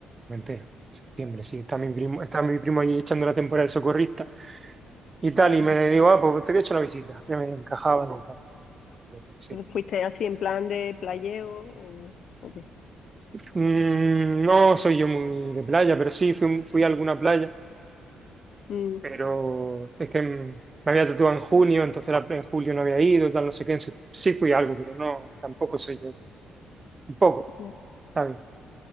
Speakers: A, on the right (about 30°); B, on the left (about 60°).
A: Formentera, septiembre, sí, está mi primo, está mi primo allí echando la temporada de socorrista y tal,
B: Ajá.
A: y me digo, ah, pues te voy a echar una visita, ya me encajaban y tal, pero sí.
B: ¿Fuiste así en plan de playeo o, o qué?
A: Mm, no soy yo muy de playa, pero sí fui, fui a alguna playa.
B: Mm,
A: pero es que mm, me había tatuado en junio, entonces la- en julio no había ido, tal, no sé qué, sí, sí fui algo, pero no, tampoco soy yo, un poco,
B: ya,
A: ¿sabes?